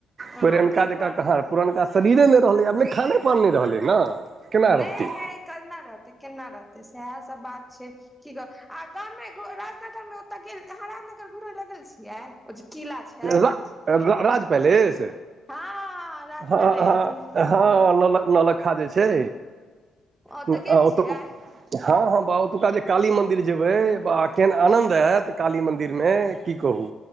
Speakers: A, in the centre; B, on the right.
A: ताहि
B: पुरनका जकाँ
A: दुआरे
B: कहाँ पुरनका शरीरे नै रहलै आब नै खाने पान नइ रहलै ने केना
A: नहि
B: रहतै
A: नहि केना रहतै केना रहतै सएह सब बात छै की कह राजनगर मे ओत गेल अहाँ राजनगर घुरे ल गेल छियै ओ जे किला छै
B: रा राज पलेस
A: हँ राज
B: हँ
A: पैलेस
B: हँ हँ नौलक नौलक्खा जे छै
A: ओ ओ
B: ओतऽ
A: तऽ गेल छियै
B: हँ हँ बा ओतुका जे काली मन्दिर जेबै बा केहन आनन्द आएत काली मन्दिरमे की कहू